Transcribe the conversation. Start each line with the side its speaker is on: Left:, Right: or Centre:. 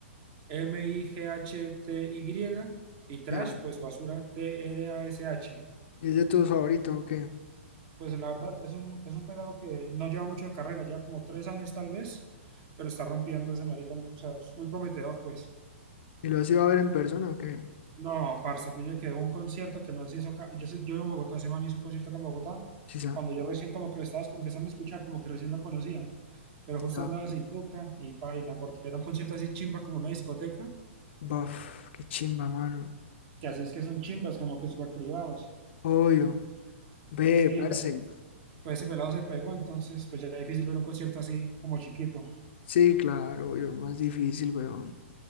Right: M-I-G-H-T-Y y y trash,
Left: ya,
Right: pues basura T-R-A-S-H.
Left: es de tus favoritos o qué?
Right: pues la verdad es un, es un pelado que no lleva mucho de carrera, lleva como tres años tal vez, pero está rompiendo ese marica, o sea, es muy prometedor, pues.
Left: ¿Y lo has ido a ver en persona o qué?
Right: No, parce, pille que un concierto que el man se hizo acá, yo, sé- yo vivo en Bogotá, ese man hizo un concierto acá en Bogotá,
Left: Sí, ya.
Right: cuando yo recién como que lo estaba escu- empezando a escuchar, como que recién lo conocía, pero justo
Left: ya.
Right: andaba sin Luca y paila, porque era un concierto así chimba, como una discoteca,
Left: Buf, qué chimba, mano.
Right: que así es que son chimbas, como que súper privados.
Left: Obvio. Ve,
Right: Sí,
Left: parce.
Right: ya, pues ese pelado se pegó, entonces pues ya es difícil ver un concierto así como chiquito.
Left: Sí, claro, obvio. Más difícil, weón.